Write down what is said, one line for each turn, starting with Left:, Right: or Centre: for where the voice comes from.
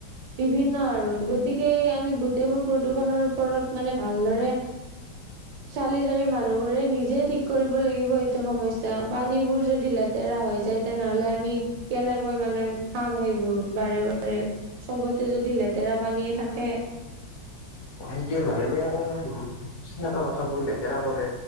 Right: বিভিন্ন আৰু গতিকে আমি গোটেইবোৰ প্ৰদূষণৰ ওপৰত, মানে ভালদৰে চালি-জাৰি মানুহবোৰে নিজে ঠিক কৰিব লাগিব এইটো সমস্যা। পানীবোৰ যদি লেতেৰা হৈ যায়, তেনেহলে আমি কেনেকৈ মানে খাম? সেইবোৰ বাৰে-বাৰে চবতে যদি লেতেৰা পানীয়ে থাকে।
Left: সেইটোৱে, মানুহবোৰে আৰু বুজি নাপায় কথাবোৰ লেতেৰা কৰে।